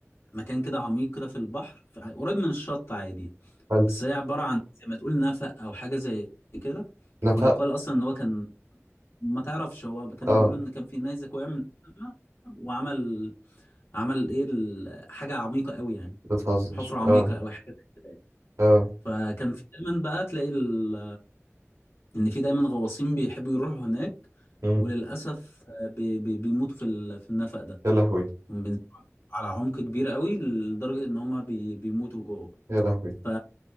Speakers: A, on the left (about 55°); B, on the right (about 80°).
A: مكان كده عميق كده في البحر ف- قريب من الشط عادي
B: حلو
A: بس هي عبارة عن زي ما تقول نفق أو حاجة زي كده
B: نفق
A: ويقال أصلا إن هو كان ما تعرفش هو كانوا
B: اه
A: بيقولوا إن كان في نيزك وقع من السما وعمل عمل إيه ال- حاجة عميقة قوي يعني
B: بتهزر
A: حفرة عميقة
B: اه
A: أو حاجة زي كده يعني.
B: اه
A: فكان في دايما بقى تلاقي ال... إن في دايما غواصين بيحبوا يروحوا هناك
B: مم.
A: وللأسف بي... بي... بيموتوا في ال... في النفق ده
B: يا لهوي
A: هم بينزلوا على عمق كبير قوي لدرجة إن هما بي... بيموتوا جوه
B: يا لهوي
A: ف